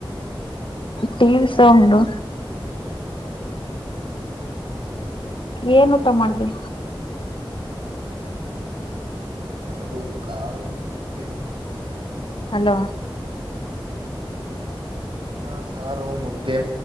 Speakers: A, on the left (about 70°); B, on the right (about 65°).
A: ಟಿ ವಿ ಶೋ ಉಂದುು
B: ಹ್ಮ.
A: ಏನು ತ ಮಾಡಿ.
B: ಬತಾರು ಕಾಳು ಮುದ್ದೆ.
A: ಹಲೋ
B: ಅ ಸಾರು ಮುದ್ದೆ.